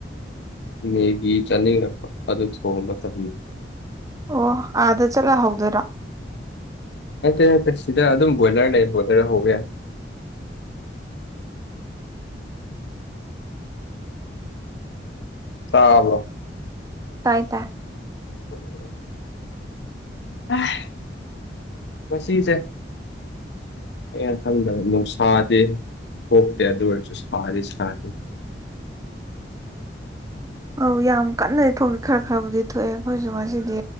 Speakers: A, on the left; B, on the right.
A: ꯃꯦꯒꯤ ꯆꯅꯤꯡꯔꯛꯄ ꯑꯗꫭ ꯊꫭꯡꯕ ꯇꯟ
B: ꯑꯣ ꯑꯥꯗ ꯆꯠꯂ ꯍꯧꯗꯣꯏꯔꫭ
A: ꯅꯠꯇꯦ ꯅꯠꯇꯦ ꯁꯤꯗ ꯑꯗꯨꯝ ꯕꯣꯏꯂꯔ ꯂꯩ ꯕꯣꯏꯂꯔ ꯍꯧꯕ ꯌꯥꯏ ꯇꯥꯕ꯭ꯔꫭ
B: ꯇꯥꯏ ꯇꯥ
A: <unintelligible> <unintelligible> ꯆꯤꯟꯆꯦ ꯑꯩ ꯈꯟꯗ ꯅꯨꯡꯁꯥꯗꯦ ꯀꯣꯛꯇꯦ ꯑꯗꯨ ꯑꯣꯏꯔꯁꯨ ꯁꯥꯗꯤ ꯁꯥꯅꯤ
B: ꯑꯧ ꯌꯥꯝ ꯀꯟꯅꯗꯤ ꯊꯣꯛ ꯈꯔ ꯈꯔꯕꯨꯗꯤ ꯊꯣꯛꯑꯦ ꯑꯩꯈꯣꯏꯖꯨ ꯉꯁꯤꯗꯤ